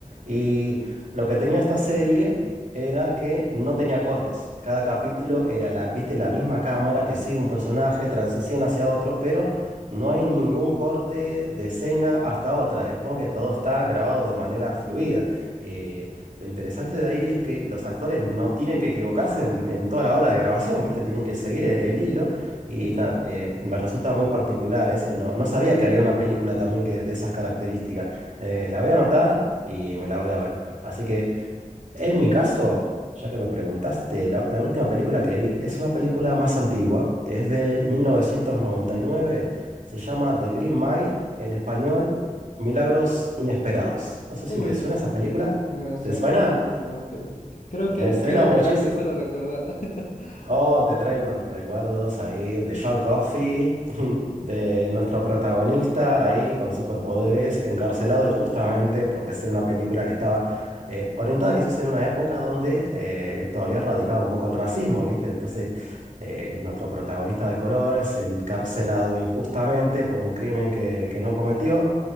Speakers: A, on the right; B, on the left.
A: y lo que tenía esta serie era que no tenía cortes. Cada capítulo era la, viste, la misma cámara que sigue un personaje, transición hacia otro, pero no hay ningún corte de escena hasta otra. Es como que todo está grabado de manera fluida. Eh, lo interesante de ahí es que los actores no tienen que equivocarse en, en toda la hora de grabación, ¿viste? Tienen que seguir e- el, hilo. Y
B: Ujú.
A: nada, eh, me resulta muy particular eso y no, no sabía que había una película también que, de esas características. Eh, la voy a anotar y me la voy a ver. Así que, en mi caso, ya que me preguntaste, la, la última película que vi es una película más antigua, es del 1999, se llama The Green Mile, en español, Milagros Inesperados. No sé
B: Uy.
A: si te suena esa película.
B: Me suena
A: ¿Te suena?
B: muchísimo. que- que Creo que
A: Me suena
B: quiero llorar
A: muchísimo.
B: de solo recordar. <laughs>
A: Oh, te traigo unos recuerdos ahí de John Coffey, <laughs> de nuestro protagonista ahí con superpoderes, encarcelado injustamente porque es una película que estaba eh, orientada quizás en una época donde eh, todavía radicaba un poco el racismo, ¿viste? Entonces, eh, nuestro protagonista de color es encarcelado injustamente por un crimen que, que no cometió.